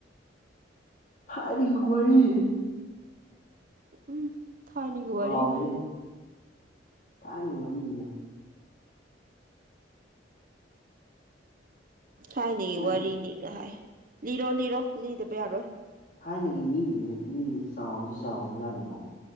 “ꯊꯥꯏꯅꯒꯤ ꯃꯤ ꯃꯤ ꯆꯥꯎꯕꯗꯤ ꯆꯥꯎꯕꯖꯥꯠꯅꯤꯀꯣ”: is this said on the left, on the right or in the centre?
Left